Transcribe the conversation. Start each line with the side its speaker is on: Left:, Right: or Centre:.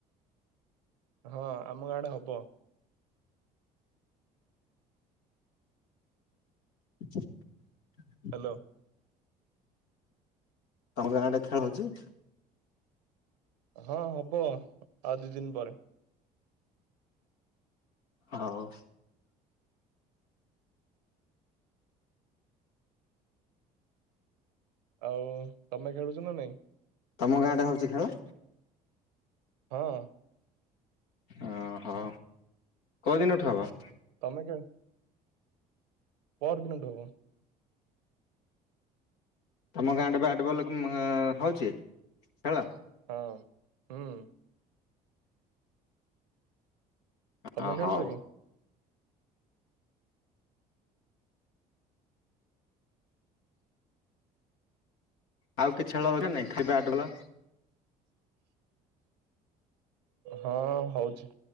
Right: ହଁ ଆମ ଗାଁ ଆଡେ ହବ।
Left: <unintelligible>
Right: ହାଲୋ।
Left: ତମ ଗାଁ ଆଡେ ଖେଳ ହଉଛି।
Right: ହଁ ହବ ଆଉ ଦି ଦିନ ପରେ।
Left: ହଉ।
Right: ଆଉ ତମେ ଖେଳୁଛ ନା ନାଇଁ।
Left: ତମ ଗାଁ ଆଡେ ହଉଛି ଖେଳ।
Right: ହଁ।
Left: ଅଁ ହଁ କୋଉ ଦିନଠୁ ହବ।
Right: ତମେ କେ ପଅର ଦିନଠୁ ହବ।
Left: ତମ ଗାଁ ଟେ ବ୍ୟାଟ ବଲ୍ ମ ହଉଛି ଖେଳ।
Right: ହଁ। ହୁଁ ତମେ
Left: ହଁ
Right: ଖେଳୁଛ
Left: ହଉ।
Right: କି?
Left: ଆଉ କିଛି ଖେଳ ହଉଛି ନା ନାଇଁ ଖାଲି ବ୍ୟାଟ ବଲ।
Right: ହଁ ହଉଛି।